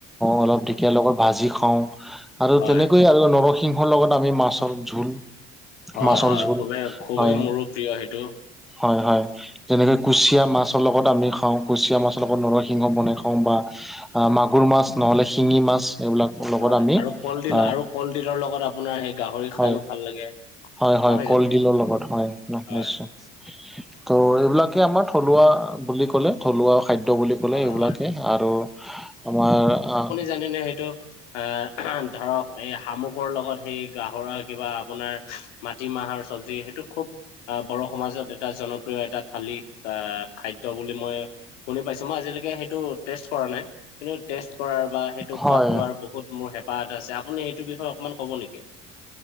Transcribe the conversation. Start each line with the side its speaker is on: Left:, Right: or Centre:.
Centre: অলপ ঢেকীয়ীয়া লগত ভাজি খাওঁ। আৰু
Left: হয় হয়
Centre: তেনেকৈ আৰু নৰসিংহৰ লগত আমি মাছৰ জোল।
Left: হয়
Centre: মাছৰ
Left: হয়,
Centre: জোল
Left: খুবেই, খুবেই
Centre: হয়
Left: মোৰো প্ৰিয় সেইটো।
Centre: হয় হয়, যেনেকে কুচিয়া মাছৰ লগত আমি খাওঁ, কুচিয়া মাছ ৰ লগত নৰসিংহ বনাই খাওঁ বা
Left: হয়
Centre: মাগুৰ মাছ নহ'লে শিঙি মাছ এইবিলাক। লগত
Left: হয়
Centre: আমি
Left: আৰু কলডিল
Centre: আহ
Left: আৰু কলডিলৰ লগত আপোনাৰ সেই- গাহৰি
Centre: হয়,
Left: খাইও ভাল লাগে
Centre: হয় হয়,
Left: নহয়
Centre: কলডিলৰ
Left: জানো
Centre: লগত হয়,
Left: হয়
Centre: নিশ্চয়। ত' এইবিলাকে আমাৰ থলুৱা বুলি ক'লে থলুৱা খাদ্য বুলি ক'লে
Left: হয়
Centre: এইবিলাকে
Left: হয়
Centre: আৰু আমাৰ আ
Left: জানে নে সেইটো? আহ' ধৰক এই শামুকৰ লগত সেই গাহৰাৰ কিবা আপোনাৰ- মাটিমাহৰ চবজি, সেইটো খুব আহ' বড়ো সমাজত এটা জন প্ৰিয় এটা থালি আহ' খাদ্য বুলি মই শুনি আজিলৈকে সেইটো টেষ্ট কৰা নাই। কিন্তু টেষ্ট কৰাৰ বা সেইটো
Centre: হয়
Left: হোৱাত লোৱাৰ মোৰ বহুত হেঁপাহ- আছে, আপুনি সেইটো বিষয় অকমান ক'ব নেকি?